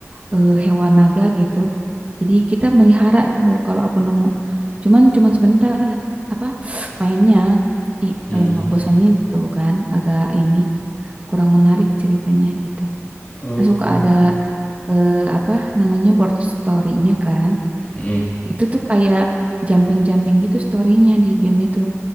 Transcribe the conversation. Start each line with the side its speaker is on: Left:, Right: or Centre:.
Right: eh, hewan naga gitu. Jadi kita melihara dulu kalau aku nemu. Cuman cuman sebentar apa <sniffs> mainnya i,
Left: Hmm.
Right: eh, ngebosenin gitu kan, agak ini kurang menarik ceritanya gitu.
Left: Oh,
Right: Kan suka ada eh, apa namanya board story-nya kan.
Left: Hmm.
Right: Itu tuh kayak jumping-jumping gitu storynya di gamenya tuh.